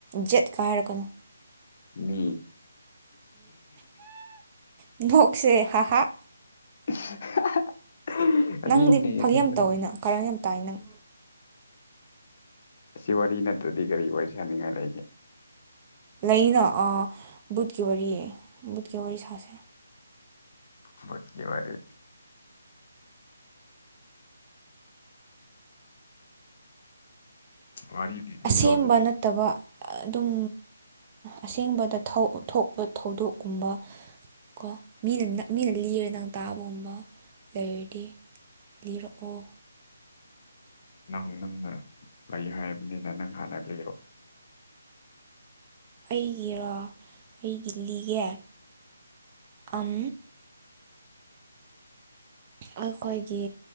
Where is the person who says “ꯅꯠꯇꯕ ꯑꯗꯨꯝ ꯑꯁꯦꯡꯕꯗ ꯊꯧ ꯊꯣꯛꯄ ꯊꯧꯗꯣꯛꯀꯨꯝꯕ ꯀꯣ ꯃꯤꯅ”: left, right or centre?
Right